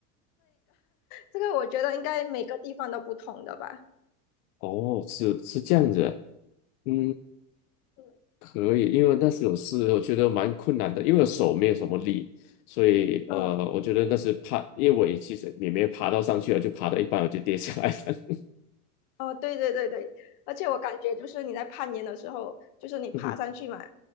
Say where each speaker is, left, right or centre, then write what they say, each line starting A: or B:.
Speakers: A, on the left; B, on the left.
A: 这个我觉得应该每个地方都不同的吧，
B: 哦，是是这样子的嗯，
A: 嗯
B: 可以，因为那时有事，我觉得蛮困难的，因为我手没有什么力，所以呃，
A: 嗯
B: 我觉得那是怕，因为我也其实也没爬到上去了，就爬到一半我就跌下来了。
A: 哦，对对对对，而且我感觉就是你在攀岩的时候，就是你爬上去嘛，
B: <laughs> 嗯哼，